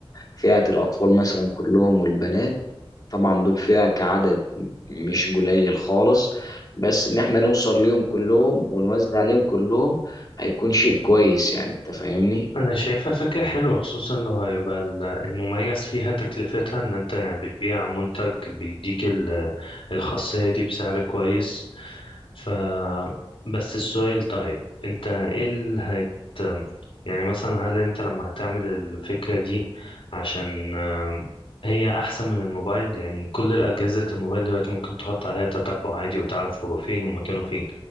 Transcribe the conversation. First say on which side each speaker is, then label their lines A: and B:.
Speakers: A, on the left (about 40°); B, on the left (about 70°).
A: فئه الاطفال مثلا كلهم والبنات طبعا دول فئه كعدد مش قليل خالص بس ان احنا نوصل ليهم كلهم ونوزع عليهم كلهم هيكون شيء كويس يعني انت فاهمني
B: انا شايفها فكرة حلوة خصوصا لو هيبقى ال- المميز فيها تكلفتها ان انت يعني بتبيع منتج بيديك ال- الخاصية دي بسعر كويس ف بس السؤال طيب انت ايه اللي هت يعني مثلا هل انت لما هتعمل الفكرة دي عشان آم، هي احسن من الموبايل يعني كل الاجهزة الموبايل دلوقتي ممكن تحط عليها تتبع عادي وتعرف هو فين ومكانه فين